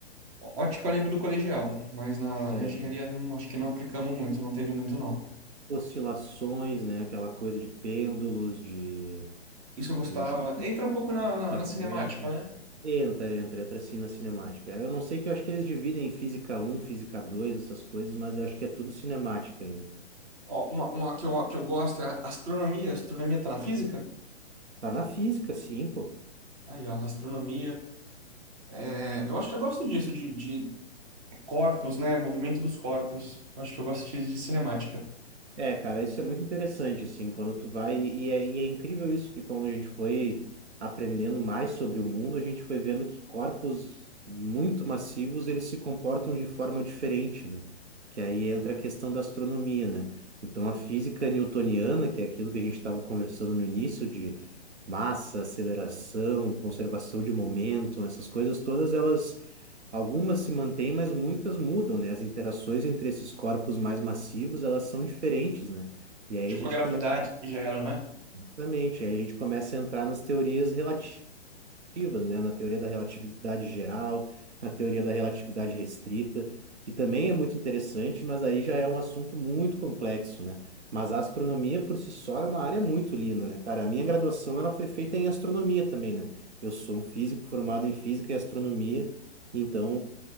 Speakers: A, on the right; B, on the right.
A: Ótica eu lembro do colegial, mas na,
B: É,
A: na engenharia não- acho que não aplicamos muito, não teve muito não.
B: oscilações, né? Aquela coisa de pêndulos, de,
A: Isso eu gostava.
B: de
A: Entra um pouco na,
B: duto
A: na, na
B: harmônico.
A: cinemática, né?
B: Entra, entra, entra assim na cinemática. Eu não sei que eu acho que eles dividem em física um física 2 essas coisas, mas eu acho que é tudo cinemática ainda.
A: Ó, uma, uma que eu, que eu gosto é a astronomia, astronomia tá na física.
B: Tá na física, sim, pô.
A: Aí, ó, astronomia. É, eu acho que eu gosto disso, de, de corpos, né? Movimento dos corpos. Eu acho que eu gosto de, de cinemática.
B: É, cara, isso é muito interessante, assim, quando tu vai. E é, e é incrível isso, que como a gente foi aprendendo mais sobre o mundo, a gente foi vendo que corpos muito massivos, eles se comportam de forma diferente, né? Que aí entra a questão da astronomia, né? Então, a física newtoniana, que é aquilo que a gente estava conversando no início, de massa, aceleração, conservação de momento, essas coisas todas, elas Algumas se mantêm, mas muitas mudam, né? As interações entre esses corpos mais massivos, elas são diferentes, né? E aí
A: Tipo
B: a gente
A: a gravidade
B: começa,
A: que gera, né?
B: exatamente, aí a gente começa a entrar nas teorias relativas relativas, né? Na teoria da relatividade geral, na teoria da relatividade restrita, que também é muito interessante, mas aí já é um assunto muito complexo, né? Mas a astronomia por si só é uma área muito linda, né, cara? A minha graduação ela foi feita em astronomia também, né? Eu sou um físico formado em física e astronomia, então